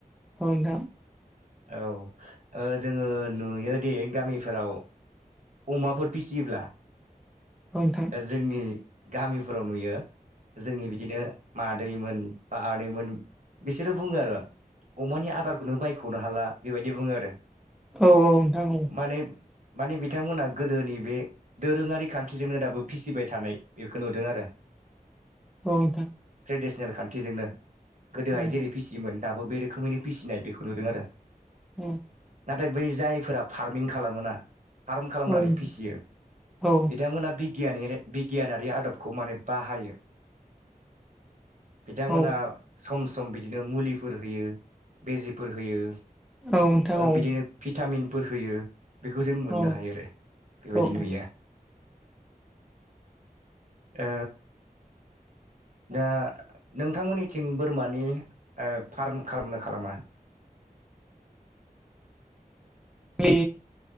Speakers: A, in the centre; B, on the right (about 55°).
A: ओ नोंथां
B: औ जोङो नुयोदि गामिफोराव अमाफोर फिसियोब्ला
A: ओ नोंथां
B: जोंनि गामिफोराव नुयो जोंनि बिदिनो मादैमोन बा आदैमोन बिसोरो बुङो आरो अमानि आदारखौनो बायख'नो हाला बेबायदि बुङो आरो
A: औ-औ नोंथां औ
B: माने माने बिथांमोना गोदोनि बे दोरोङारि खान्थिजोंनो दाबो फिसिबाय थानाय बेखौ नुदों आरो
A: औ नोंथां
B: ट्रेडिसेनेल खान्थिजोंनो गोदोहाय
A: औ
B: जेरै फिसियोमोन दाबो बे रोखोमैनो फिसिनाय बेखौ नुदों आरो
A: उम
B: नाथाय बै जायफोरा फार्मिं खालामोना फार्म खालामनानै
A: नोंथां
B: फिसियो
A: औ नोंथां औ
B: बिथांमोना बि गियानारि बिगियानारि आदबखौ माने बाहायो बिथांमोनहा
A: औ
B: सम सम बिदिनो मुलिफोर होयो बिजिफोर होयो
A: नोंथां
B: ओ
A: औ
B: बिदिनो भिटामिनफोर होयो बेखौ जों मोननो
A: औ
B: हायो आरो बेबायदि
A: औ नोंथां औ
B: नुयो ओ दा नोंथांमोननिथिं बोरमानि फार्म खालामनो खालामा
A: ए